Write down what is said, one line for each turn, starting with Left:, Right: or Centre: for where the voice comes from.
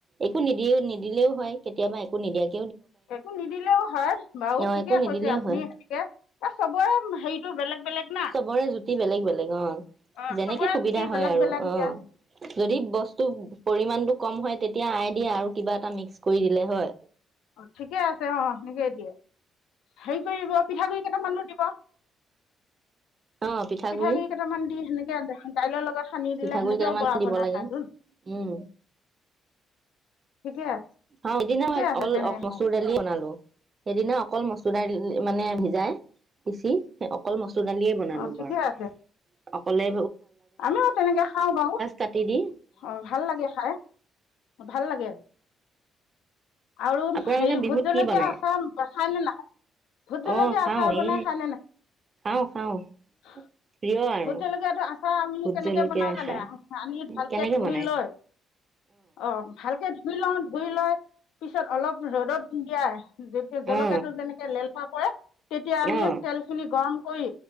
Right: একো নিদিলেও নিদিলেও হয় কেতিয়াবা একো নিদিয়াক
Left: একো নিদিলেও হয় বাৰু
Right: আহ
Left: ঠিকে
Right: একো নিদিলেও
Left: কৈছে আপুনি
Right: হয়
Left: সেনেকে এ চবৰে হেৰিটো বেলেগ বেলেগ না
Right: চবৰে জুতি বেলেগ বেলেগ অ
Left: অ
Right: যেনেকে
Left: চবৰে
Right: সুবিধা
Left: জুতি
Right: হয়
Left: বেলেগ
Right: আৰু
Left: বেলেগ
Right: আহ
Left: এতিয়া
Right: যদি বস্তু পৰিমানটো কম হয় তেতিয়া আই দিয়ে আৰু কিবা এটা মিক্স কৰি দিলে হয়
Left: অ ঠিকে আছে অ সেনেকেই দিয়ে হেৰি কৰিব পিঠাগুড়ি কেইটামানো দিব
Right: অ পিঠাগুৰি
Left: পিঠাগুড়ি কেইটামান দি সেনেকে দাইলৰ লগত সানি
Right: পিঠাগুৰি
Left: দিলে সেনেকেও
Right: কেইটামান
Left: বৰা
Right: দিব
Left: বনাই
Right: লাগে
Left: খায় চোন
Right: উম
Left: ঠিকে
Right: অ দিনত
Left: ঠিকে আছে তেনেকে
Right: মচুৰ
Left: খাই
Right: দালি বনালো সেইদিনা অকল মচ চুডাৰ মানে ভিজাই পিচি অকল মছলা সণালীয়ে বনালো
Left: অঁ ঠিকে
Right: বাৰু
Left: আছে
Right: অকলে
Left: আমিও তেনেকে খাওঁ বাৰু
Right: কাটি দি
Left: অ ভাল লাগে খাই ভাল লাগে আৰু আৰু
Right: আপোনালোকে
Left: হেৰি
Right: বিহুত
Left: ভুতজলকীয়া
Right: কি বনাই
Left: আচাৰ খায়নে নাই ভুতজলকীয়া
Right: অ খাও
Left: আচাৰ বনাই
Right: এ
Left: খায়নে নাই
Right: খাও খাও প্ৰিয় আৰু
Left: ভুতজলকীয়াটো আচাৰ
Right: ভোট
Left: কেনেকে
Right: জলকীয়া
Left: বনাও
Right: আচাৰ
Left: জানে আনি ভালকে
Right: কেনেকে
Left: ধুই
Right: বনাই
Left: লৈ অ ভালকে ধুই লওঁ ধুই লৈ পিছত অলপ ৰদত দিয়া যে জলকীয়াটো
Right: অ
Left: যেনেকে ল ত পৰা তেতিয়া আমি
Right: অ
Left: তেলখিনি গৰম হয়